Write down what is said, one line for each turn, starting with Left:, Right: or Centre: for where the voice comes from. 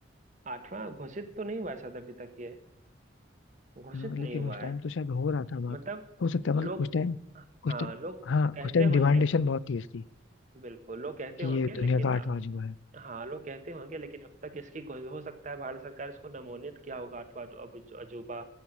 Right: आठवां घोषित तो नहीं हुआ है शायद अभी तक ये घोषित
Left: हाँ, लेकिन
Right: नहीं हुआ
Left: उस टाइम
Right: है
Left: तो शायद हो रहा था बात
Right: मतलब
Left: हो सकता है
Right: लोग
Left: मतलब उस टाइम उस
Right: हाँ
Left: टाइम
Right: लोग
Left: हाँ
Right: कहते
Left: उस टाइम डिमांडेशन
Right: होंगे
Left: बहुत थी इसकी
Right: बिल्कुल लोग कहते
Left: कि
Right: होंगे
Left: ये
Right: लेकिन
Left: दुनिया का आठवां अजूबा है
Right: हाँ लोग कहते होंगे लेकिन अब तक इसकी कोई हो सकता है भारत सरकार इसको नमोनित किया होगा अथवा जो- अब जो- अजूबा